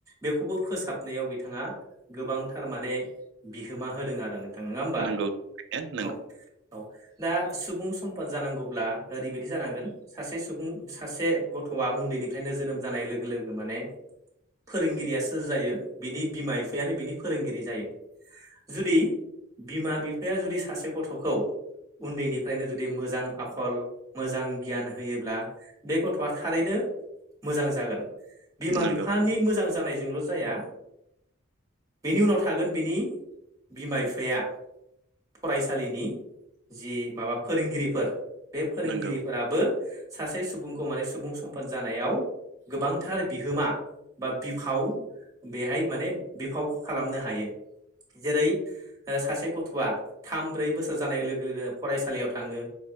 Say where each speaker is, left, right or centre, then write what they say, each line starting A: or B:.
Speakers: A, on the right; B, on the right.
A: बेखौबो फोसाबनायाव बिथाङा गोबांथार माने बिहोमा होदों आरो नों थां नोङा होमबा?
B: नंगौ थारैनो
A: औ औ दा सुबुं सम्पद जानांगौब्ला ओरैबायदि जानांगोन सासे सुबुं सासे गथ'आ उन्दैनिफ्रायनो जोनोम जानाय लोगो लोगो माने फोरोंगिरिया सोर जायो बिनि बिमा बिफायानो बिनि फोरोंगिरि जायो। जुदि बिमा बिफाया जुदि सासे गथ'खौ उन्दैनिफ्रायनो जुदि मोजां आखल। मोजां गियान होयोब्ला बे गथ'आ थारैनो मोजां जागोन। बिमा
B: नंगौ
A: बिफानि मोजां जानायजोंल' जाया बेनि उनाव थागोन बिनि बिमा बिफाया। फरायसालिनि जि माबा फोरोंगिरिफोर बे फोरोंगिरिफोराबो
B: नंगौ
A: सासे सुबुंखौ माने सुबुं सम्पद जानायाव गोबांथार बिहोमा बा बिफाव बेहाय माने बिफाव खालामनो हायो जेरै सासे गथ'आ थाम ब्रै बोसोर जानाय लोगो लोगोनो फरायसालियाव थाङो